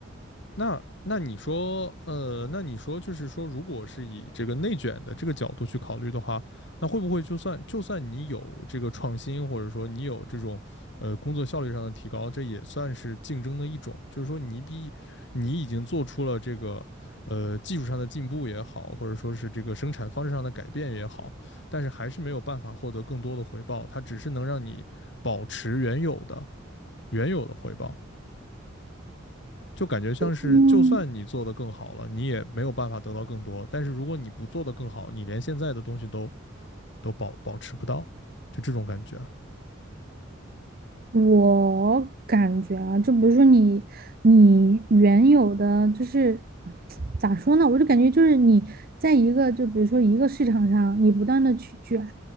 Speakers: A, on the left; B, on the right.
A: 那那你说，呃，那你说就是说，如果是以这个内卷的这个角度去考虑的话，那会不会就算就算你有这个创新，或者说你有这种呃工作效率上的提高，这也算是竞争的一种，就是说你比你已经做出了这个呃技术上的进步也好，或者说是这个生产方式上的改变也好，但是还是没有办法获得更多的回报，它只是能让你保持原有的原有的回报。就感觉像是，
B: 嗯。
A: 就算你做的更好了，你也没有办法得到更多。但是如果你不做的更好，你连现在的东西都都保保持不到，就这种感觉。
B: 我感觉啊，就比如说你，你原有的就是咋说呢？我就感觉就是你在一个就比如说一个市场上，你不断的去卷，